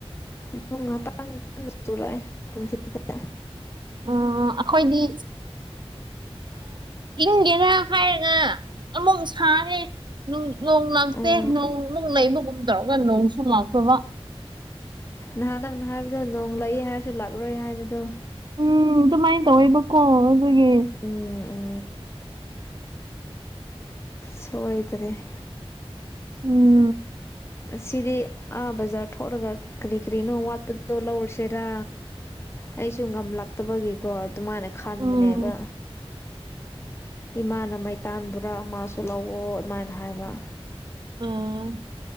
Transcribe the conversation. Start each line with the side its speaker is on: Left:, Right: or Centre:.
Left: ꯑꯗꯨ ꯉꯇꯥꯡ ꯆꯨꯔꯛꯑꯦ ꯊꯤꯅ
Right: ꯎ ꯑꯩꯈꯣꯏꯗꯤ ꯏꯪꯒꯦꯅ ꯍꯥꯏꯔꯒ ꯑꯃꯨꯛ ꯁꯥꯔꯦ ꯅꯣꯡ ꯂꯥꯞꯇꯦ
Left: ꯎꯝ
Right: ꯅꯣꯡ ꯅꯨꯡ ꯂꯩꯕꯒꯨꯝ ꯇꯧꯔꯒ ꯅꯣꯡꯁꯨ ꯉꯥꯛꯇꯕ
Left: ꯅꯍꯥꯟ ꯅꯪ ꯅ ꯍꯥꯏꯕꯗꯣ ꯅꯣꯡ ꯂꯛꯏ ꯍꯥꯏꯔꯁꯨ ꯂꯥꯛꯂꯣꯏ ꯍꯥꯏꯕꯗꯣ
Right: ꯎꯝ ꯑꯗꯨꯃꯥꯏꯅ ꯇꯧꯋꯦꯕꯀꯣ ꯑꯗꯨꯒꯤ
Left: ꯎꯝ ꯎꯝ ꯁꯗ꯭ꯔꯦ
Right: ꯎꯝ
Left: ꯑꯁꯤꯗꯤ ꯑꯥ ꯕꯖꯥꯔ ꯊꯣꯛꯂꯒ ꯀꯔꯤ ꯀꯔꯤꯅꯣ ꯋꯥꯠꯄꯗꯣ ꯂꯧꯔꯁꯦꯔꯥ ꯑꯩꯁꯨ ꯉꯝꯂꯛꯇꯕꯒꯤꯀꯣ ꯑꯗꯨꯃꯥꯏꯅ ꯈꯟꯕꯅꯦꯕ
Right: ꯎꯝ
Left: ꯏꯃꯥꯅ ꯃꯩꯇꯥꯟꯕꯨꯔꯥ ꯃꯥꯁꯨ ꯂꯧꯑꯣ ꯑꯗꯨꯃꯥꯏꯅ ꯍꯥꯏꯕ
Right: ꯑꯣ